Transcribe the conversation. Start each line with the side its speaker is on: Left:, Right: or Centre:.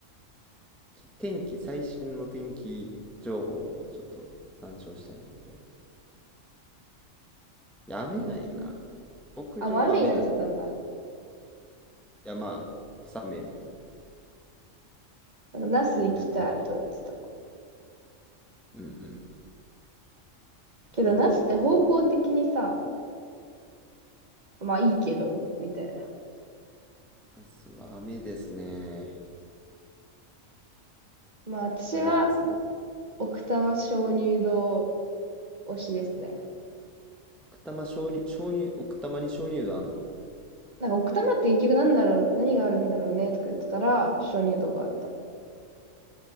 Centre: ちょ天気、最新の天気情報をちょっと参照したいんやけど。いや雨なんよな。
Right: 天気ね。
Centre: 牧場は雨なの。
Right: あ、もう雨になっちゃったんだ。
Centre: いや、まあ、小雨みたいな。
Right: なんか那須行きたいと言ってた。
Centre: 南が。うんうん。
Right: けど、
Centre: いいと思うんですが。
Right: なしって方向的にさ、まあいいけど、みたいな。
Centre: ナスは雨ですね。
Right: まあ私は、
Centre: 雨ですね。
Right: 奥多摩鍾乳洞推しですね。
Centre: 奥多摩鍾乳、鍾乳、奥多摩に鍾乳洞あんの
Right: なんか奥多摩って結局なんだろう、何があるんだろうねとか言ってたら、鍾乳洞があった。